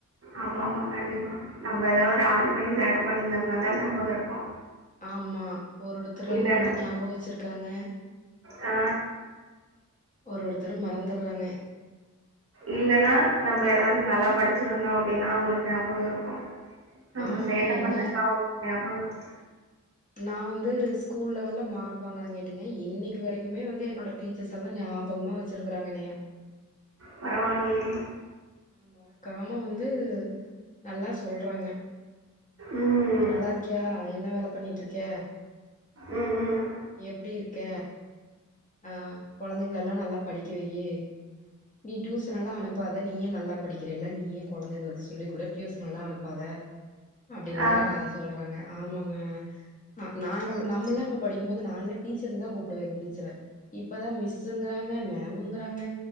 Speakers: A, on the right; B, on the left.
A: ஆமாமா கண்டிப்பா நம்ம எதாது ராவடி பண்ணி சேட்ட பண்ணிருந்தம்னாதா ஞாபக இருக்கு
B: ஆமா ஒரொருத்தர் வந்து
A: இல்லன்னா
B: நல்லா ஞாபக வச்சிருக்காங்க
A: ஆ
B: ஒரொருத்தரு மறந்தர்றாங்க
A: இல்லனா நம்ப எதாவுது நல்லா படிச்சிருந்தோ அப்டினா அவுங்களுக்கு ஞாபக இருக்கு நம்ம
B: ஆமாங்க
A: சேட்ட
B: என்னைய
A: பண்ணட்டா அவுங்களுக் ஞாபக இருக்கு
B: நா வந் து ஸ்கூல் லெவல்ல மார்க் வாங்குனங்காட்டிங்க இன்னைக்கு வரைக்குமே வந்து என்னோட டீச்சர்ஸல்லா ஞாபகமாக வச்சிரு க்றாங்க என்னய
A: பரவாலியே
B: ஆ, மறக்காம வந்து நல்லா சொல்றாங்க
A: ம்
B: நல்லார்க்கியா என்ன வேல பண்ணிட்ருக்க
A: ம் ம்
B: எப்டி இருக்க ஆ கொழந்தைங்கள எல்லா நல்லா படிக்க வையி நீ டியூசன் எல்லா அனுப்பாத நீயே நல்லா படிக்கிறல்ல நீயே கொழந்தைங்களுக்கு சொல்லி குடு டியூசன் எல்லா அனுப்பாத அப்டின்லா
A: ஆ
B: சொல்றாங்க ஆமாங்க ஆ நாங்க நம்மெல்லா அப்ப படிக்கும்போது நான்லா டீச்சர்னுதா கூப்டுவ எங்கு டீச்சர இப்பதா மிஸ்ஸுங்றாங்க மேம்ங்றாங்க